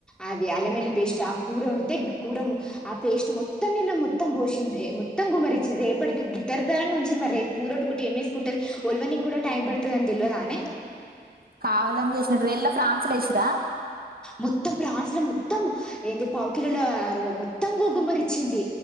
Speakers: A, in the centre; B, on the right.
A: అది అల్లం ఎల్లి పేస్ట్ ఆ కూర వండితే కూర ఆ పేస్ట్ మొత్తం నిన్న మొత్తం పోసిందే మొత్తం గుమ్మరిచ్చి రేపటికి గిత్తత్త నాన్న ఉంచి మరి రేపు కూర వండుకుంటే ఏమేసుకుంటుది వోల్వనికి కూడా టైమ్ పడుతదని తెలవదానే
B: కావాలని చేసినట్ ఏళ్ళ ఫ్రాన్స్ల ఏసిర్రా
A: మొత్తం ప్రాన్స్ల మొత్తం ఏంది పావుకిలోల మొత్తం గుమ్మరిచ్చింది